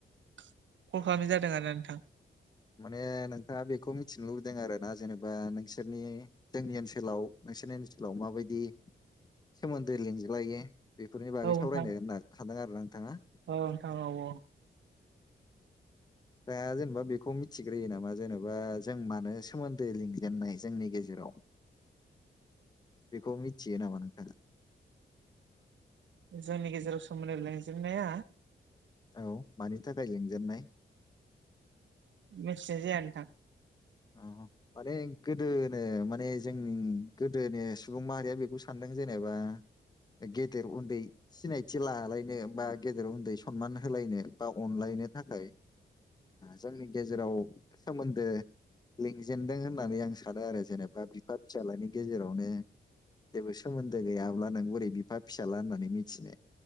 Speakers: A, on the right (about 85°); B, on the left (about 20°).
A: कल खालामनाय जादों आरोना नोंथां
B: माने नोंथाङा बेखौ मिथिनो लुबैदों आरो ना जेनेबा नोंसोरनि जोंनि ओनसोलाव नोंसोरनि ओनसोलाव माबायदि सोमोन्दो लिंज्लायो बेफोरनि बागै
A: औ नोंथां
B: सावरायनो होनना सानदों आरोना नोंथाङा
A: औ नोंथां औ
B: दा जेनेबा बेखौ मिथिग्रोयो नामा जेन'बा जों मानो सोमोन्दो लिंजेननाय जोंनि गेजेराव बेखौ मिथियो नामा नोंथाङा
A: जोंनि गेजेराव सोमोन्दै लेंजेननाया
B: औ मानि थाखाय लेंजेननाय
A: मिथिनाय जाया नोथां
B: औ माने गोदोनो माने जोंनि गोदोनि सुबुं माहारिया बेखौ सानदों जेनेबा गेदेर उन्दै सिनायथि लालायनो बा गेदेर उन्दै सनमान होलायनो बा अनलायनो थाखाय जोंनि गेजेराव सोमोन्दो लिंजेनदों होननानै आं सानो आरो जेनेबा बिफा फिसालानि गेजेरावनो जेबो सोमोन्दो गैयाब्ला नों बोरै बिफा फिसाला होननानै मिथिनो